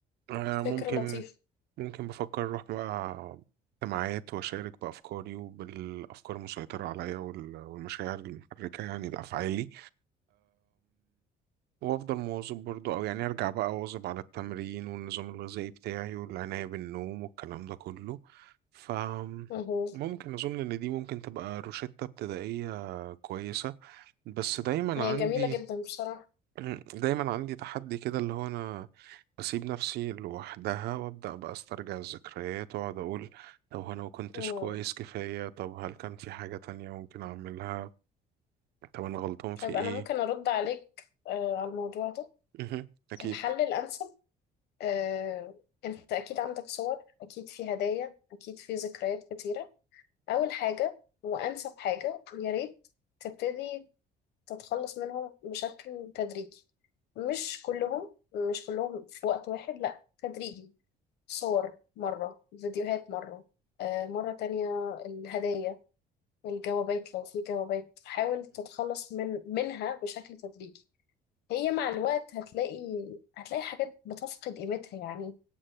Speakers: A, on the right (about 75°); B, on the left (about 75°).
A: أه ممكن
B: فكرة لطيفة
A: ممكن بفكر اروح بقى اجتماعات واشارك بافكاري وبالافكار المسيطرة عليا وال... والمشاعر المحركة يعني لافعالي وافضل مواظب برضو او يعني ارجع بقى اواظب على التمرين والنظام الغذائي بتاعي والعناية بالنوم والكلام ده كله ف
B: مهو.
A: ممكن اظن ان دي ممكن تبقى روشتة ابتدائية كويسة بس دايما
B: هي
A: عندي
B: جميلة جدا بصراحة
A: <clears throat> دايما عندي تحدي كده اللي هو انا بسيب نفسي لوحدها وابدا بقى استرجع الذكريات واقعد اقول طب هو انا ما كنتش
B: مم.
A: كويس كفاية طب هل كان في حاجة تانية ممكن اعملها طب انا غلطان في
B: طيب
A: ايه
B: انا ممكن ارد عليك آه، على الموضوع ده
A: <laughs> اكيد
B: الحل الانسب آه، انت اكيد عندك صور اكيد في هدايا اكيد في ذكريات كتيرة أول حاجة وأنسب حاجة يا ريت تبتدي تتخلص منهم بشكل تدريجي مش كلهم مش كلهم في وقت واحد لأ تدريجي صور مرة فيديوهات مرة آه مرة تانية الهدايا الجوابات لو في جوابات حاول تتخلص من منها بشكل تدريجي هي مع الوقت هتلاقي هتلاقي حاجات بتفقد قيمتها يعني